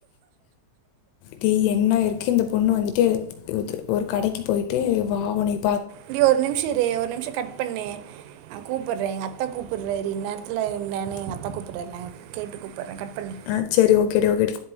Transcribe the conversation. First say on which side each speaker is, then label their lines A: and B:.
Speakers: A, on the left (about 80°); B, on the right (about 85°).
A: டீ என்னாயிரு க இந்த பொண்ணு வந்துட்டு து ஒரு கடைக்கு போயிட்டு வா உனை
B: டீ ஒரு நிம்ஷ இரு ஒரு நிம்ஷ கட் பண்ணு நா கூப்படறே எங்க த்த கூப்படறாரு இன்னாரத்துல என்னனு எங்கத்த கூப்படறாங்க கேட்டு கூப்படறே கட் பண்ணு
A: ஆ சரி ஓகேடி ஓகேடி